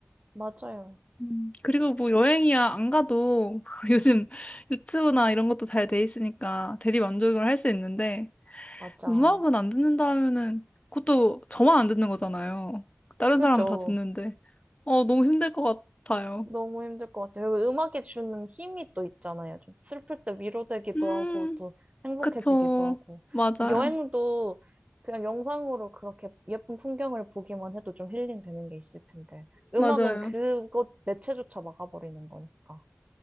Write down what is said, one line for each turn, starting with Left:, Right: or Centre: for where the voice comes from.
Right: 맞아요.
Left: 음, 그리고 뭐 여행이야 안 가도 <laughs> 요즘 유튜브나 이런 것도 잘 돼 있으니까 대리 만족을 할 수 있는데
Right: 맞아.
Left: 음악은 안 듣는다 하면은 그것도 저만 안 듣는 거잖아요. 다른
Right: 그죠.
Left: 사람은 다 듣는데 어 너무 힘들 것 같아요.
Right: 너무 힘들 것 같아요. 그리고 음악이 주는 힘이 또 있잖아요. 좀 슬플 때 위로되기도
Left: 음,
Right: 하고, 또 행복해지기도
Left: 그쵸.
Right: 하고.
Left: 맞아요.
Right: 여행도 그냥 영상으로 그렇게 예쁜 풍경을 보기만 해도 좀 힐링되는 게 있을 텐데. 음악은
Left: 맞아요.
Right: 그것 매체조차 막아버리는 거니까.